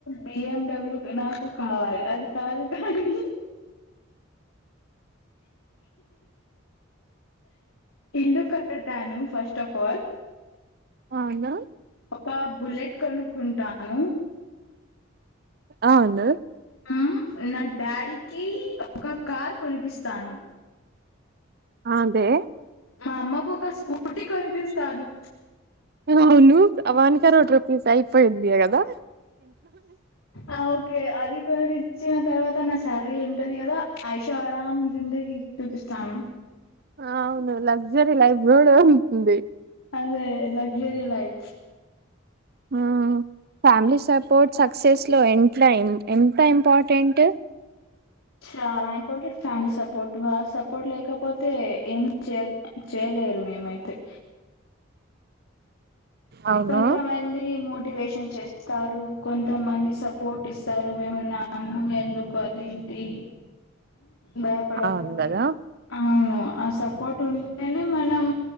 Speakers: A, on the left; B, on the right.
A: బిఎండబ్ల్యూ నాకు కావాలి అది కారు కాన్నీ ఇల్లు కడతాను ఫస్ట్ ఆఫ్ ఆల్
B: అనా
A: ఒక బుల్లెట్ కొనుక్కుంటాను
B: అవ్ను
A: ఉం నా డాడీకి ఒక్క కార్ కొనిపిస్తాను
B: అ దే
A: మా అమ్మకు ఒక స్కూటీ కొనిపిస్తాను
B: వును అవన్కరోట్ రూపీస్ అయిపోయింది గదా
A: అ ఓకే అది రిచ్చయిన తర్వాత నా శాలరీ ఏంటది కదా ఆయుషో ఆరాం జిందగిీ చూపిస్తాను
B: అవును లగ్జరీ లైఫ్ కూడా ఉంటుంది
A: అదే లక్జరిీ లైఫ్
B: అ ఫ్యామిలీ సపోర్ట్ సక్సెస్ లో <unintelligible> ఎన్ త ఇంపార్ర్టెంట్
A: చాలా ఇంపార్టెంట్ ఫ్యామిలీ సపోర్ట్ గా సపోర్ట్ లేకపోతే ఏం చే చేయలేరు మేమైతే
B: అవును
A: కొంత మంది మొ టివేషన్ చేస్తారు కొంతమంది సపోర్ట్ ఇస్తారు మేమునము ఎందుకు అది <unintelligible> బయాపడాకు
B: అవును కదా
A: అవును ఆ సపోర్ట్ ఉంటేనే మనం